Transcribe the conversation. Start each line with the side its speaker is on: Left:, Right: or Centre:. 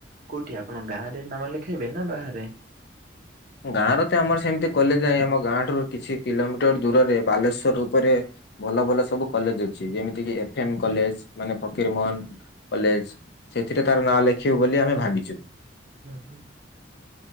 Right: କୋଉଠି ଆପଣ ଗାଁ ରେ ନାମ ଲେଖେଇବେ ନା ବାହାରେ?
Left: ଗାଁ ରେ ତ ଆମର ସେମିତି କଲେଜ ନାହିଁ ଆମ ଗାଁ ଠାରୁ କିଛି କିଲୋମିଟର ଦୂରରେ ବାଲେଶ୍ଵର ଉପରେ ଭଲ ଭଲ ସବୁ କଲେଜ ଅଛି ଯେମିତି କି ଏଫ ଏମ କଲେଜ ମାନେ ଫକୀର ମୋହନ କଲେଜ। ସେଥିରେ ତାର ନାଁ ଲେଖିବୁ ବୋଲି ଆମେ ଭାବିଛୁ।
Right: ହୁଁ ହୁଁ